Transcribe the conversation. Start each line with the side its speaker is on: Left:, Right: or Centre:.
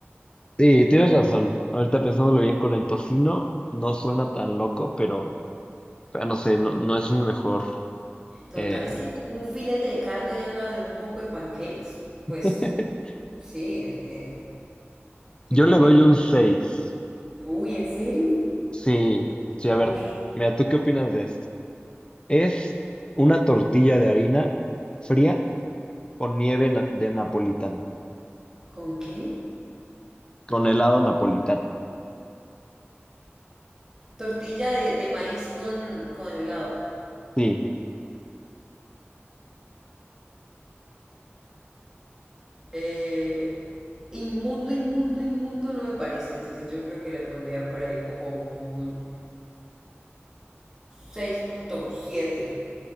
Left: Sí, tienes razón. Ahorita pensándolo bien con el tocino, no suena tan loco, pero... Pero no sé, no, no es mi mejor.
Right: Total,
Left: eh,
Right: es que como un filete de carne ahí al lado de un poco de pancakes,
Left: <laughs>
Right: pues sí, es que, qué
Left: Yo
Right: comido.
Left: le doy un seis
Right: Uy, ¿en serio?
Left: Sí, sí,
Right: Uy,
Left: a ver, mira, ¿tú qué opinas de esto? Es una tortilla de harina fría con nieve na- de napolitano,
Right: ¿con qué?
Left: con helado napolitano.
Right: Tortilla de, de maíz con, con helado.
Left: Sí,
Right: Eh, inmundo, inmundo, inmundo no me parece, entonces yo creo que le pondría por ahí como un seis punto siete.